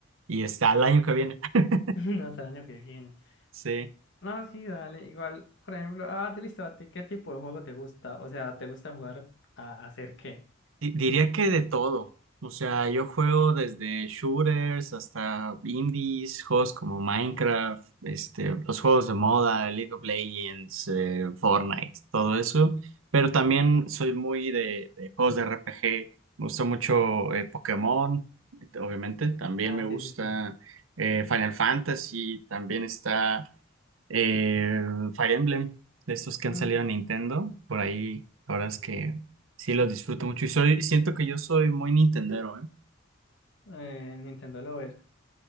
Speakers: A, on the right; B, on the left.
A: y está el año que viene. <laughs>
B: No, Hasta el año que viene.
A: Sí.
B: No, sí, dale, igual, por ejemplo, ah, te listo, ¿a ti qué tipo de juego te gusta? O sea, ¿te gusta jugar a hacer qué?
A: Di- Diría que de todo. O sea, yo juego desde shooters hasta indies, juegos como Minecraft, este, los juegos de moda, League of Legends, eh, Fortnite, todo eso. Pero también soy muy de, de juegos de RPG. Me gusta mucho eh, Pokémon, obviamente. También
B: Ah,
A: me gusta
B: sí, sí, sí.
A: eh, Final Fantasy. También está. Eh, Fire Emblem, de estos que
B: Ujú.
A: han salido a Nintendo, por ahí, la verdad es que sí los disfruto mucho y soy, siento que yo soy muy nintendero, ¿eh?
B: Eh, Nintendo Lover.